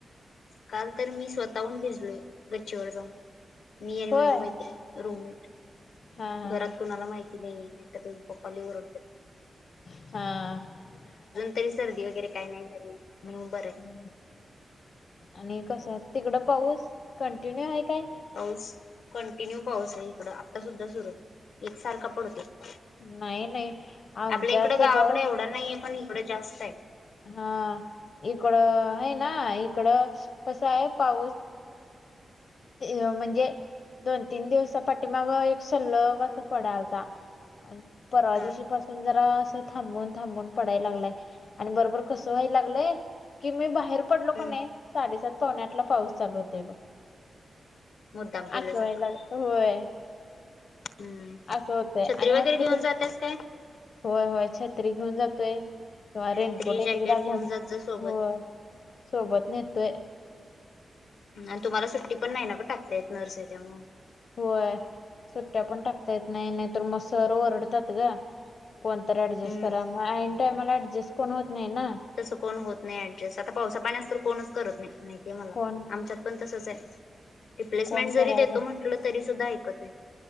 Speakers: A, on the left; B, on the left.
A: काल तर मी स्वतःहून भिजलोय गच्चीवर जाऊन मी आणि
B: होय
A: माझी मैत्रिण. रूममेट.
B: हा हा
A: घरात कुणाला माहिती नाहीये नाहीतर पप्पा लैई वरडत्यात.
B: हा
A: तरी सर्दी वगैरे काही नाही झाली म्हणून बर आहे
B: हम्म. आणि कसं तिकडं पाऊस कंटिन्यू आहे काय
A: पाऊस कंटिन्यू पाऊस आहे इकडं आता सुद्धा सुरू एकसारखा पडतोय
B: नाही नाही आमच्यात
A: आपल्या इकडं गावाकडे
B: ब
A: एवढा नाहीये पण इकडं जास्त आहे
B: हा इकडं हैं ना इकडं कसं आहे पाऊस ते म्हणजे दोन तीन दिवसापाटीमागं एक सल्लग असं पडालता परवा
A: हा
B: दिवशी पासून जरा थांबून थांबून पडाय लागलाय आणि बरोबर कस व्हाय लागलंय की मी बाहेर पडलो
A: हम्म
B: का नाही साडेसात पावणे आठ ला पाऊस चालू होतोय बघ
A: मुद्दाम केल्यासारखं
B: असं व्हाय ला होय
A: हम्म
B: असं होतंय
A: छत्री
B: आणि हॉस्पिटल
A: वगैरे घेऊन जात्यास काय
B: होय होय छत्री घेऊन जातोय किंवा रेनकोट
A: छत्री जॅकेट
B: एक एकदा घालून
A: घेऊन जात जा सोबत.
B: होय सोबत नेतोय
A: आणि तुम्हाला सुट्टी पण नाही ना गं टाकता येत नर्स आहे त्यामुळं
B: होय सुट्टया पण टाकता येत नाही नाहीतर मग सर वरडत्यात गं कोणतर ऍडजस्ट
A: हम्म
B: करा मग ऐन टाईमाला ऍडजस्ट कोण होत नाही ना
A: तस कोण होत नाही ऍडजस्ट आता पावसा पाण्याचं तर कोणंच करत नाही माहितीये मला
B: कोण
A: आमच्यात पण तसच आहे रिप्लेसमेंट
B: कोण
A: जरी
B: करायला
A: देतो म्हंटलं तरी सुद्धा ऐकत नाही